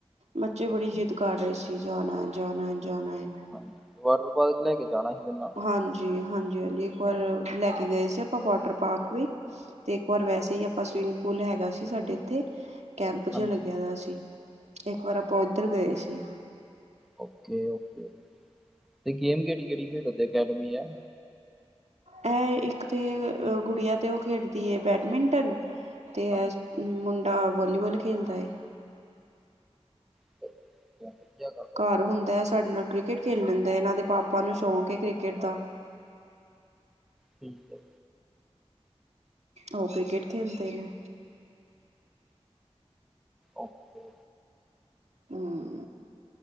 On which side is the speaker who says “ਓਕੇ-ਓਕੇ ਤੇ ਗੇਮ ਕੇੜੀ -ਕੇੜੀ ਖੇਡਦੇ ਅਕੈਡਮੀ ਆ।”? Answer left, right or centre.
Centre